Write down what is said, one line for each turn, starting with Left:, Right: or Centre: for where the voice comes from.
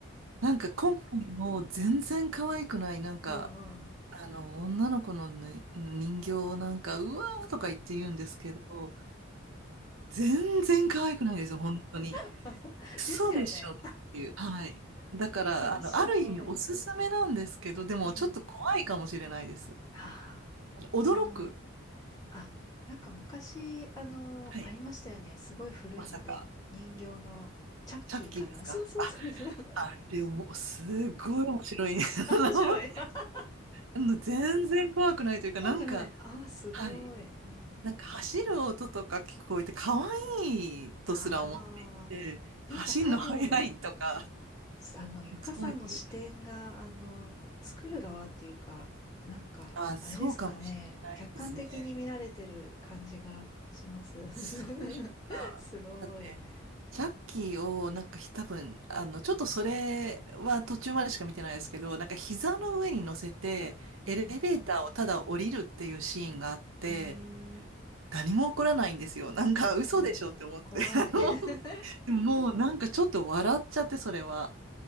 Right: なんか今回も全然可愛くない、なんか、
Left: うんうん。
Right: あの、女の子の、ね、人形をなんか、うわーとか言って言うんですけど、全然可愛くないですよ、本当に。
Left: <laughs>
Right: クソでしょっていう。
Left: ですよね。
Right: はい。だから、
Left: うん面白い。
Right: あの、ある意味おすすめなんですけど、でもちょっと怖いかもしれないです。
Left: うん。ああ、
Right: 驚く。
Left: あの、あ、なんか昔、あの、
Right: はい。
Left: ありましたよね。すごい古いので、
Right: まさか、
Left: 人形のチャッキーかな。
Right: チャッキーですかあ、
Left: そうそうそう。<laughs>
Right: あれを、すごい面白い。<laughs> あ
Left: <laughs> あ、面白い。
Right: の、
Left: <laughs>
Right: あの全然怖くないというか、
Left: 怖くない。
Right: なんか、
Left: ああ、すごい。
Right: はい。
Left: うん、
Right: なんか走る音とか聞こえて、可愛いとすら思っていて、
Left: ああ、
Right: 走るの速いとか、
Left: なんか多分、あの、ゆかさんの視点が、
Right: そういう、
Left: あの、作る側っていうか、なんか、
Right: あ、そうかもしれないですね。
Left: あれですかね、客観的に見られてる感じがします。
Right: そうでしょうか。
Left: <laughs> すごい。
Right: だって、ジャッキーを、なんかひ多分、あの、ちょっとそれは途中までしか見てないですけど、なんか膝の上に乗せて、エレベーターをただ降りるっていうシーンがあって、
Left: うん。へえ、
Right: 何も起こらないんですよ。なんか嘘でしょって思って。
Left: うんうん。怖い。
Right: <laughs> あの
Left: <laughs>
Right: でももうなんかちょっと笑っちゃって、それは。